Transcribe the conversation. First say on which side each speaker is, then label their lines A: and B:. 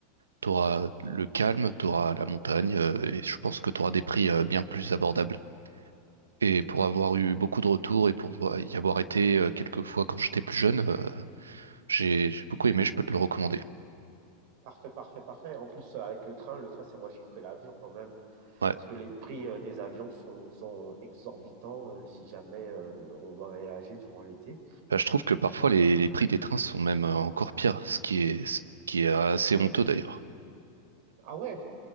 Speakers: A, on the right; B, on the right.
A: t'auras le calme, t'auras la montagne, euh, et je pense que t'auras des prix euh, bien plus abordables. Et pour avoir eu beaucoup de retours et pour vo- y avoir été euh, quelques fois quand j'étais plus jeune, euh, j'ai, j'ai beaucoup aimé, je peux te le recommander.
B: Parfait, parfait, parfait. En plus, euh, avec le train, le train, c'est moins cher que l'avion quand même,
A: Ouais.
B: parce que les prix euh, des avions sont, sont exorbitants euh, si jamais euh, on doit voyager durant l'été.
A: Bah, je trouve que parfois les, les prix des trains sont même euh, encore pires, ce qui est, ce qui est assez honteux d'ailleurs.
B: Ah ouais,